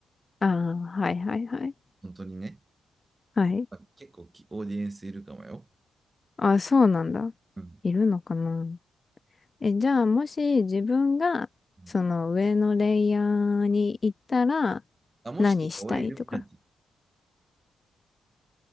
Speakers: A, on the left (about 20°); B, on the right (about 15°).
A: ああ、はいはいはい。
B: 本当にね。
A: はい。
B: まあ、結構きオーディエンスいるかもよ。
A: あ、そうなんだ。
B: うん。
A: いるのかな。え、じゃあ、もし自分が、
B: うん
A: その上のレイヤーに行ったら、
B: あ、もしっていうか、
A: 何したいとか。
B: 俺イルミナティ。